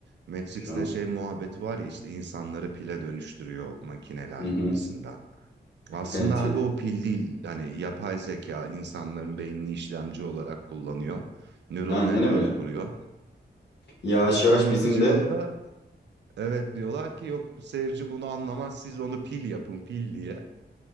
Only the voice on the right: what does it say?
Matrix'te
şey muhabbeti var ya işte insanları pile dönüştürüyor makineler
gibisinden. Aslında
abi
o pil değil. Hani yapay zeka insanların beynini işlemci olarak kullanıyor. Neural
network
kuruyor.
99
yılında
evet diyorlar ki yok seyirci bunu anlamaz siz onu pil yapın pil diye.